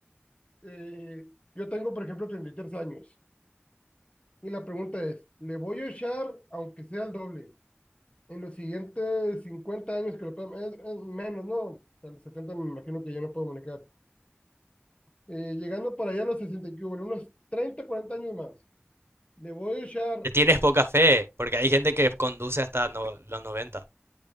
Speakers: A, on the left; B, on the right.
A: eh, yo tengo, por ejemplo, 33 años y la pregunta es, ¿le voy a echar aunque sea el doble? En los siguientes 50 años, que lo pueda- es, es menos, ¿no? A los 70 me imagino que ya no puedo manejar. Eh, llegando para allá a los 60 y que hubo, en unos 30 40 años más, le voy a echar
B: Te tienes poca fe, porque hay gente que conduce hasta no- los noventa